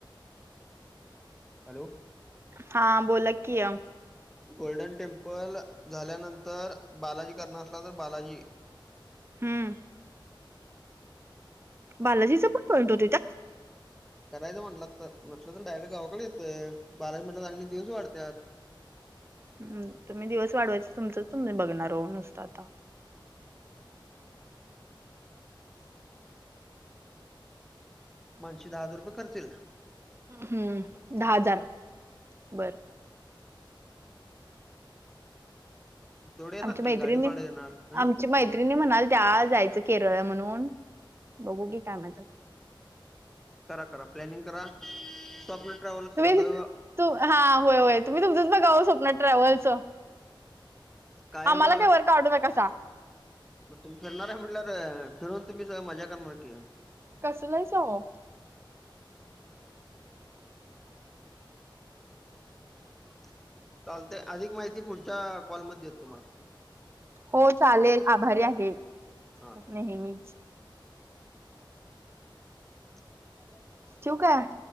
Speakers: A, in the centre; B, on the right.
A: हॅलो
B: हा बोला कि
A: गोल्डन टेम्पल झाल्यानंतर बालाजी करणार असला तर बालाजी
B: हम बालाजीचं पण पॉईंट होत त्यात.
A: करायचं म्हटलं तर नसलं तर डायरेक्ट गावाकडे येतंय बालाजी म्हटलं तर आणि एक दिवस वाढत्यात.
B: हम तुम्ही दिवस वाढवायच तुमचं तुम्ही बघणार हो नुसतं आता
A: माणसी दहा हजार रुपये खर्च येईल
B: हम्म दहा हजार बरं
A: तेवढ येणार
B: आमची मैत्रिणी
A: की गाडी भाड येणार हम्म
B: आमची मैत्रिणी म्हणालत्या जायचं केरळ म्हणून बघू की काय म्हणत्यात
A: करा करा प्लॅनिंग करा स्वप्न ट्रॅव्हल
B: तुम्ही
A: सदैव
B: तू हा होय होय तुम्ही तुमंच बघाव स्वप्न ट्रॅव्हलचं
A: कायम
B: आमाला काय वर काढू नकासा
A: मग तुम्ही फिरणार आहे म्हटल्या फिरून तुम्ही सगळे मजा करणार की
B: कसलं हाईसा वो
A: <inaudible> <inaudible> चालतय अधिक माहिती पुढच्या कॉलमध्ये. देतो तुम्हाला
B: हो चालेल आभारी आहे
A: हा
B: नेहमी
A: <inaudible>
B: ठेऊ काय